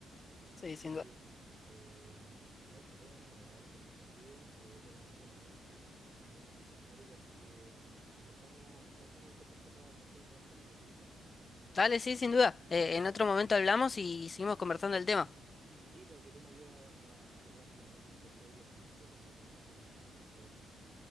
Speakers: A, on the left (about 35°); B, on the right (about 30°).
A: Sí,
B: Oye,
A: sin duda.
B: eh, f- sabes que fue un agrado conversar contigo. eh, era una persona muy, muy, muy simpática, así que mm, conversamos, o sea, estamos al contacto para hacer otra charla, ¿te tinca?
A: Dale, sí, sin duda. Eh, en otro momento hablamos y seguimos conversando el tema.
B: Sí, para que tú me ayudes a, a arreglar mi, mi PC y el problema que tengo con eso y, y y todo el tema.